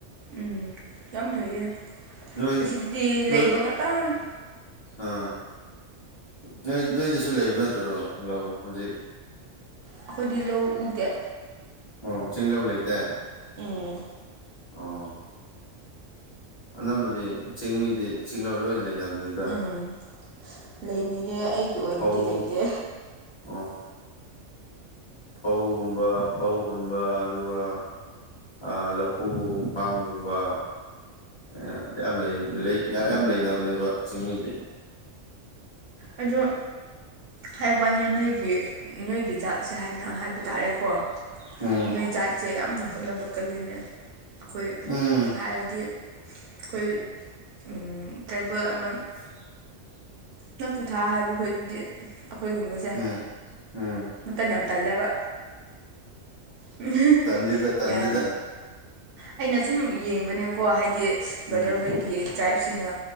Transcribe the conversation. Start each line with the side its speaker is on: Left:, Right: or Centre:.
Right: ꯎꯝ ꯌꯥꯝ ꯐꯩꯌꯦ
Left: ꯅꯣꯏ
Right: ꯑꯁꯤꯗꯗꯤ ꯂꯩꯕ
Left: ꯅꯣꯏ
Right: ꯈꯇꯪ
Left: ꯑꯥ ꯅꯣꯏ ꯅꯣꯏꯗꯁꯨ ꯂꯩꯕ ꯅꯠꯇ꯭ꯔꯣ ꯂꯧ ꯍꯧꯖꯤꯛ
Right: ꯑꯩꯈꯣꯏꯗꯤ ꯂꯧ ꯎꯗꯦ
Left: ꯑꯣ ꯆꯤꯡꯂꯕ ꯂꯩꯇꯦ
Right: ꯎꯝ
Left: ꯑꯣ ꯑꯅꯝꯕꯗꯤ ꯆꯤꯡꯃꯤꯗꯤ ꯆꯤꯡꯂꯧ ꯂꯣꯏꯅ ꯂꯩꯅꯕꯅꯤꯗ
Right: ꯎꯝ ꯂꯩꯅꯩꯌꯦ ꯑꯩꯒꯤ ꯑꯣꯏꯅꯗꯤ
Left: ꯐꯧ
Right: ꯂꯩꯇꯦ
Left: ꯑꯣ ꯐꯧꯒꯨꯝꯕ ꯐꯧ ꯍꯨꯟꯕ ꯑꯗꯨꯒ ꯑ ꯂꯐꯨ ꯄꯥꯝꯒꯨꯝꯕ ꯑꯦ ꯌꯥꯝ ꯂꯩ ꯌꯥꯝ ꯂꯩꯅꯕꯅꯦꯕ ꯆꯤꯡꯃꯤꯗꯤ
Right: ꯑꯗꯣ ꯍꯥꯏꯕꯋꯥꯅꯤ ꯅꯣꯏꯒꯤ ꯅꯣꯏꯒꯤ ꯖꯥꯠꯁꯦ ꯍꯥꯏꯅ ꯍꯥꯏꯕ ꯇꯥꯔꯦꯀꯣ
Left: ꯎꯝ
Right: ꯅꯣꯏ ꯖꯥꯠꯁꯦ ꯌꯥꯝꯅ ꯍꯣꯠꯅꯕ ꯀꯜꯂꯤꯅꯦ ꯑꯩꯈꯣꯏ
Left: ꯎꯝ
Right: ꯍꯥꯏꯔꯗꯤ ꯑꯩꯈꯣꯏ ꯎꯝ ꯇ꯭ꯔꯥꯏꯕꯦꯜ ꯑꯃ
Left: <inaudible> <inaudible>
Right: ꯅꯞꯇꯨꯊꯥ ꯍꯥꯏꯕꯈꯣꯏꯗꯨꯗꯤ ꯑꯩꯈꯣꯏꯒꯨꯝꯕꯁꯦ
Left: ꯎꯝ ꯎꯝ
Right: ꯃꯇꯟ ꯌꯥꯝ ꯇꯜꯂꯦꯕ <unintelligible>
Left: ꯇꯟꯗꯦꯗ ꯇꯟꯗꯦꯗ
Right: ꯌꯥꯗꯦꯕ ꯑꯩꯅ ꯁꯨꯝ ꯌꯦꯡꯕꯅꯦꯀꯣ ꯍꯥꯏꯗꯤ
Left: ꯎꯝ
Right: ꯕꯗꯔ ꯍꯣꯏ ꯒꯤ ꯇ꯭ꯔꯥꯏꯞꯁꯤꯅ